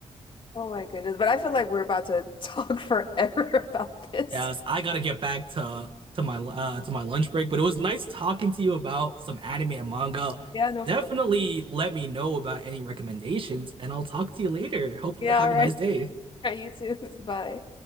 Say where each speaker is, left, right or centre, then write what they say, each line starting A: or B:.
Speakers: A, on the left; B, on the right.
A: Oh my goodness. But I feel like we're about to talk forever <laughs> about this.
B: yes, I gotta get back to to my uh to my lunch break, but it was nice talking to you about some anime and manga.
A: Yeah, no, for
B: Definitely
A: real.
B: let me know about any recommendations, and I'll talk to you later. Hope
A: Yeah,
B: you have
A: all right.
B: a nice
A: <laughs>
B: day.
A: All right, you too. <laughs> Bye.